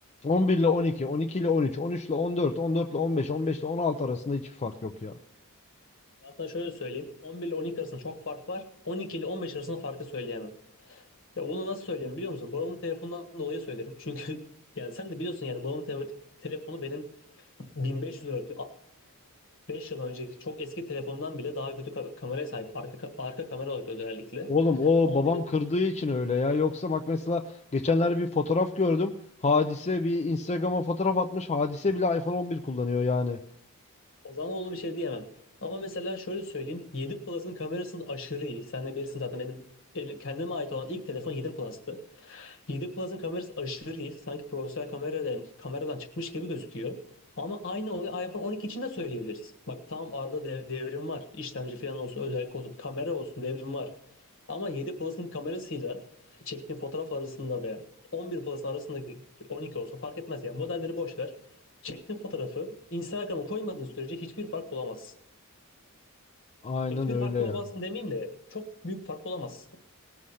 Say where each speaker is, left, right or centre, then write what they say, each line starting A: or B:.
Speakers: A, on the left (about 30°); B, on the left (about 60°).
A: 11 ile 12, 12 ile 13, 13 ile 14, 14 ile 15, 15 ile 16 arasında hiçbir fark yok ya.
B: Ben sana şöyle söyleyeyim. 11 ile 12 arasında çok fark var. 12 ile 15 arasında farkı söyleyemem. Ya bunu nasıl söylerim biliyor musun? Bağımlı telefondan dolayı söylerim. Çünkü <laughs> yani sen de biliyorsun yani bağımlı te- telefonu benim 1500 lira 5 yıl önceki çok eski telefondan bile daha kötü ka- kameraya sahip. Arka, ka- arka kamera olarak özellikle.
A: Oğlum o
B: 11
A: babam kırdığı için öyle ya. Yoksa bak mesela geçenlerde bir fotoğraf gördüm. Hadise bir Instagram'a fotoğraf atmış. Hadise bile iPhone 11 kullanıyor yani.
B: o zaman ona bir şey diyemem. Ama mesela şöyle söyleyeyim. 7 Plus'ın kamerasının aşırı iyi. Sen de bilirsin zaten benim el- kendime ait olan ilk telefon 7 Plus'tı. 7 Plus'ın kamerası aşırı iyi. Sanki profesyonel kameradan, kameradan çıkmış gibi gözüküyor. Ama aynı olayı iPhone 12 için de söyleyebiliriz. Bak tam arada de- devrim var. İşlemci falan olsun, özellik olsun, kamera olsun devrim var. Ama 7 Plus'ın kamerasıyla çektiğin fotoğraf arasında veya 11 Plus'ın arasındaki 12 olsun fark etmez ya. Modelleri boş ver. Çektiğin fotoğrafı Instagram'a koymadığın sürece hiçbir fark bulamazsın.
A: Aynen
B: Hiçbir
A: öyle
B: fark bulamazsın demeyeyim de çok büyük fark bulamazsın.